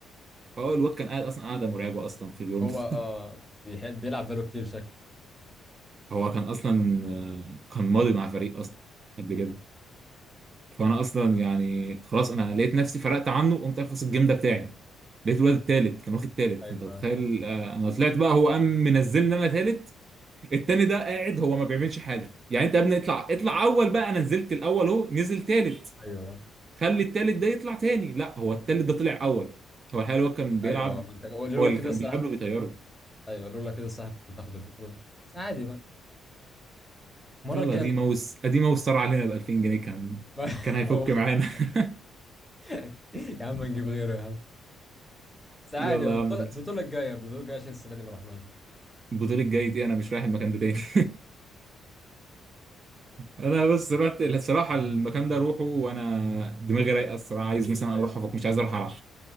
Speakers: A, on the right; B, in the centre.
A: هو الواد كان قاعد اصلا قاعده مرعبه اصلا في اليوم
B: هو
A: ده
B: اه
A: <laughs>
B: بيحب بيلعب فالو كتير شكله
A: هو كان اصلا آه، كان ماضي مع فريق اصلا قبل
B: مم.
A: كده فانا اصلا يعني خلاص انا لقيت نفسي فرقت عنه وقمت اخلص الجيم ده بتاعي لقيت الواد التالت كان واخد تالت
B: ايوه
A: فانت متخيل آه، انا طلعت بقى هو قام منزلني انا تالت التاني ده قاعد هو ما بيعملش حاجه يعني انت يا ابني اطلع اطلع اول بقى انا نزلت الاول اهو نزل تالت
B: ايوه
A: خلي التالت ده يطلع تاني لا هو التالت ده طلع اول هو الحقيقه الواد كان بيلعب
B: ايوه ما انت هو لولا
A: هو اللي
B: كده
A: كان
B: الصراحه
A: بيقابله بيطيره
B: ايوه لولا كده الصراحه كنت هتاخد البطوله دي بس عادي بقى المره
A: يلا
B: الجايه
A: دي ماوس ادي ماوس طار علينا ب 2000 جنيه كان
B: بقى <laughs>
A: كان هيفك
B: هو خ-
A: معانا <laughs>
B: <laughs> يا عم نجيب غيره يا عم بس عادي
A: يلا
B: بقى،
A: يا
B: البطوله
A: عم خلص
B: البطوله الجايه البطوله الجايه عشان السنه دي ما رحناش بقى
A: البطولة الجاي دي انا مش رايح المكان ده تاني <laughs> انا بس رحت الصراحه المكان ده اروحه وانا دماغي رايقه الصراحه عايز مثلا
B: ايوه
A: اروح افك مش عايز اروح العب